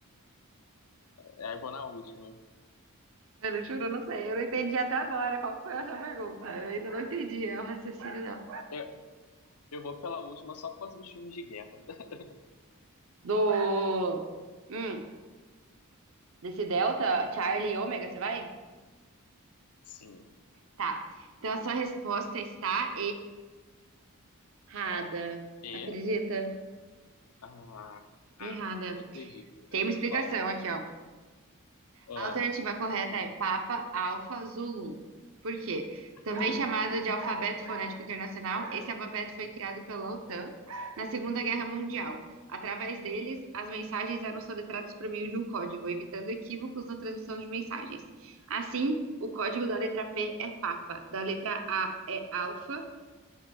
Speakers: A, on the left; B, on the right.
A: É, eu vou na última.
B: Mano, eu juro, eu não sei. Eu não entendi até agora qual que foi essa pergunta. Eu ainda não entendi o raciocínio dela.
A: Eu, eu vou pela última só por causa dos filmes de guerra. <laughs>
B: Do. Hum, desse Delta, Charlie e Ômega, você vai?
A: Sim.
B: Tá. Então a sua resposta está errada.
A: E?
B: Acredita?
A: Ah,
B: Errada.
A: ah, não acredito, velho.
B: Tem uma explicação
A: É qual?
B: aqui, ó.
A: Ó.
B: A alternativa correta é Papa Alfa Zulu. Por quê? Também
A: Ai,
B: chamado de alfabeto fonético internacional, esse alfabeto foi criado pela OTAN na Segunda Guerra Mundial. Através deles, as mensagens eram soletradas por meio de um código, evitando equívocos na transmissão de mensagens. Assim, o código da letra P é Papa, da letra A é Alfa